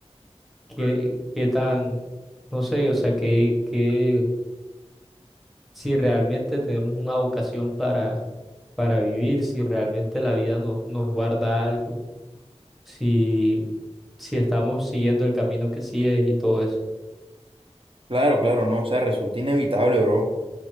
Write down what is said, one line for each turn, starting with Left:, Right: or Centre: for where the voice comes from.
Centre: qué, qué tan, no sé, o sea, que, que si realmente tenemos una vocación para, para vivir, si realmente la vida no, nos guarda algo, si, si estamos siguiendo el camino que sí es y todo eso.
Right: Claro, claro, no. O sea, resulta inevitable, bro,